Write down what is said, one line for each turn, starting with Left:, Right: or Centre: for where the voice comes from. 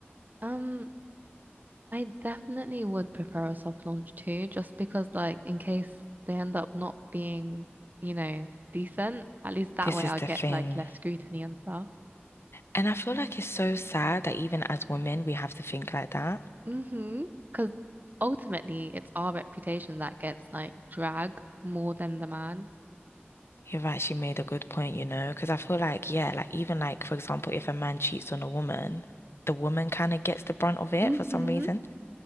Right: Um, I definitely would prefer a soft launch too, just because like in case they end up not being, you know, decent, at least that
Left: This
Right: way I'll
Left: is the
Right: get
Left: thing.
Right: like less scrutiny and stuff.
Left: And I feel like it's so sad that even as women, we have to think like that.
Right: Mm-hmm. Because ultimately, it's our reputation that gets like dragged more than the man.
Left: You've actually made a good point, you know, because I feel like, yeah, like even like, for example, if a man cheats on a woman, the woman kind of gets the brunt of it
Right: Mm-hmm.
Left: for some reason.